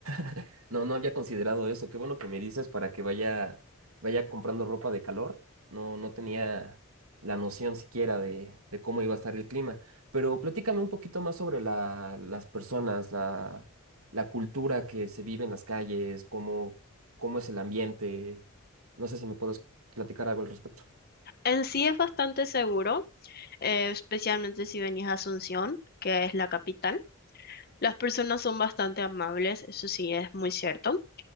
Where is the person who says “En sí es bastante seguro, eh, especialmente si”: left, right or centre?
Left